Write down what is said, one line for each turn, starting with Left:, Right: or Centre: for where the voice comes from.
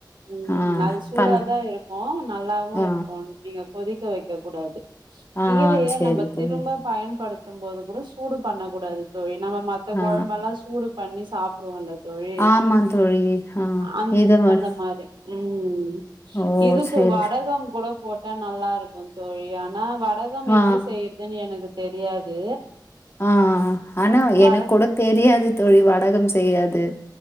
Right: ம்
Left: ஆ
Right: அது சூடாதா
Left: பண்
Right: இருக்கு நல்லாவு
Left: ஆ
Right: இருக்கு நீங்க கொதிக்க வைக்க கூடாது கீரய
Left: ஆ சேரி
Right: நம்ம
Left: தோழி
Right: திரும்ப பயன்படுத் தும் போது கூட சூடு பண்ணக் கூடாது தோழி நம்ம மத்த
Left: ஆ
Right: கொழம்பல்லா சூடு பண்ணி சாப்டுவோலத் தோழி
Left: ஆமா தோழி ஆ
Right: அந்
Left: இத மட்
Right: அந்த மாறி ம்
Left: ஓ
Right: இதுக்கு
Left: சேரி
Right: வடகம் கூட போட்டா நல்லா இருக்கு தோழி ஆ னா வடகம் எப்டி
Left: ஆ
Right: செய்றதுனு எனக்கு தெரியாது
Left: ஆ ஆனா
Right: வட
Left: எனக் கூட தெரியாது தோழி வடகம் செய்யாது